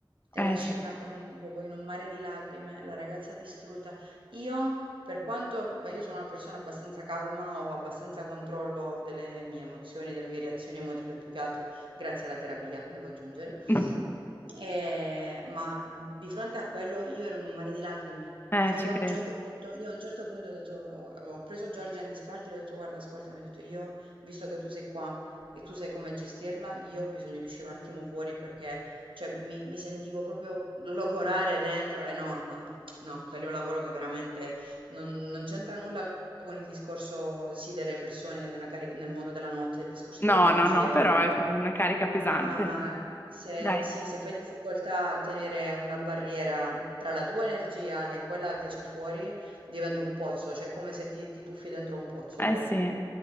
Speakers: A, on the right; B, on the left.
A: E
B: eh
A: la scena
B: sì,
A: con proprio in un mare di lacrime, la ragazza distrutta. Io, per quanto io sono una persona abbastanza calma, ho abbastanza controllo delle mie emozioni, delle mie reazioni emotive, più che altro grazie alla terapia, devo aggiungere.
B: <laughs>
A: Eh, ma di fronte a quello io ero in un mare di lacrime.
B: eh
A: Cioè
B: ci
A: io
B: credo.
A: a un certo punto, io a un certo punto ho detto, ho, ho preso Giorgia in disparte e le ho detto guarda, ascoltami, ho detto io, visto che tu sei qua e tu sai come gestirla, io ho bisogno di uscire un attimo fuori perché cioè, mi, mi sentivo proprio logorare dentro e no, no, no, quello è un lavoro che veramente non, non c'entra nulla con il discorso sì delle persone nella carica- nel mondo della notte, il discorso
B: No,
A: delle energie.
B: no, no, però è per- una carica pesante.
A: Ma se,
B: Dai,
A: sì, se fai difficoltà a tenere una barriera tra la tua energia e quella che c'è fuori, diventa un pozzo, cioè è come se ti, ti tuffi dentro un pozzo
B: eh
A: proprio.
B: sì.